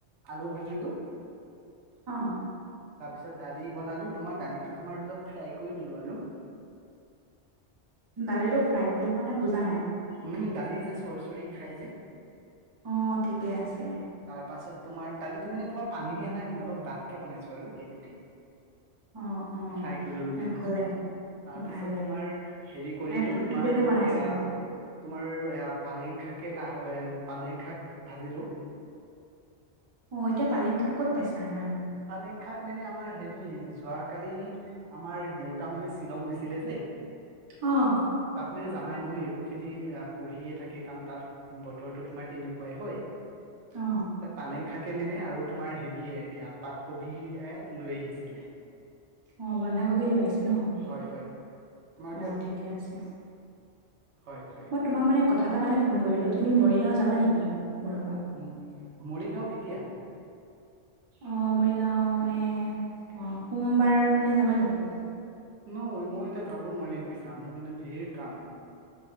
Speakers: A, on the right (about 85°); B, on the right (about 35°).
A: আলু ভাজিলো
B: অঁ
A: তাৰ পিছত দালি বনালো তোমাৰ, দালিটো তোমাৰ অলপ ফ্ৰাই কৰি ললো আৰু।
B: দালিটো ফ্ৰাই কৰিলা মানে, বুজা নাই?
A: উম দালি যে চৰ্চৰি খাই যে
B: অঁ ঠিকে আছে।
A: তাৰ পাছত তোমাৰ দালিটো মানে তোমাৰ পানী দিয়া নাইা মানে অলপ দাঠকে বনাইছো আৰু সেইটোকে।
B: অ অ
A: ফ্ৰাই কৰি ললো
B: মানে
A: বুলি কৈছো।
B: ভাল লাগে
A: তাৰপিছত
B: ভাল লাগে
A: তোমাৰ হেৰি কৰিলো,
B: মানে থুপথুপিয়াকে
A: তোমাৰ
B: বনাইছে
A: এয়া
B: আৰু
A: তোমাৰ পালেং শাকে লা পালেং শাক ভাজিলো।
B: অ' এতিয়া পালেং শাক ক'ত পাইছা ইমা
A: পালেং শাক মানে আমাৰ হেৰি যোৱাকালি আমাৰ দেউতা মানে শ্বিলং গৈছিলে যে
B: অঁ
A: তাত মানে জানাই নহয় এইবোৰ খেতি কৰিয়ে থাকে কাম তাত বতৰটো তোমাৰ তেনেকুৱাই হয়
B: অ
A: এ পালেং শাকে মানে আৰু তোমাৰ হেৰিয়ে পাতকবি লৈ আহিছিলে।।
B: অ বন্ধাকবি লৈ আহিছে ন।
A: হয় হয় তোমাৰ
B: অ ঠিকে আছে
A: হয় হয়।
B: মই তোমাক মানে কথা এটা কাৰণে ফোন কৰিলো। তুমি মৰিগাঁও যাবা নেকি মোৰ লগত?
A: উ মৰিগাঁও কেতিয়া?
B: অঁ মৰিগাঁও মানে, অঁ সোমবাৰ মানে যাবা নেকি?
A: নই মই এতিয়া যাব নোৱাৰিম বুজিছা, মোৰ মানে ঢেৰ কাম।